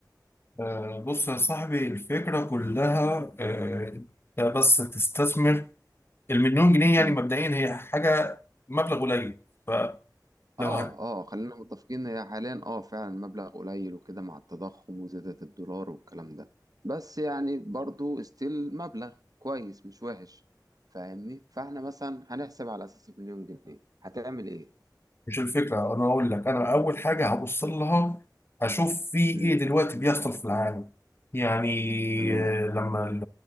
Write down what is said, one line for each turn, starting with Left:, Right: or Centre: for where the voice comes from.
Left: آه، بص يا صاحبي الفكرة كلها آه، انت بس تستثمر المليون جنيه
Right: ايه
Left: يعني مبدئيا هي حاجة مبلغ قليل فلو
Right: اه
Left: هت...
Right: اه خلينا متفقين هي حاليا اه فعلا مبلغ قليل وكده مع التضخم وزيادة الدولار والكلام ده بس يعني برضو استيل مبلغ كويس مش وحش فاهمني فاحنا مثلا هنحسب على اساس مليون جنيه هتعمل ايه
Left: مش الفكرة أنا أقول لك أنا أول حاجة هبص لها أشوف في إيه
Right: امم
Left: دلوقتي بيحصل في العالم يعني
Right: تمام
Left: آه، لما ال-